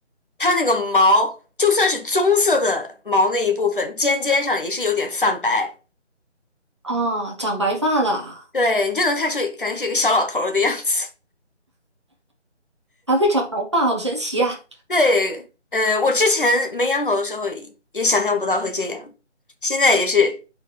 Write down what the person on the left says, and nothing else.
它那个毛，就算是棕色的毛那一部分，尖尖上也是有点泛白，
对你就能看出，感觉是一个小老头儿的样子。
对，呃，我之前没养狗的时候也想象不到会这样，现在也是，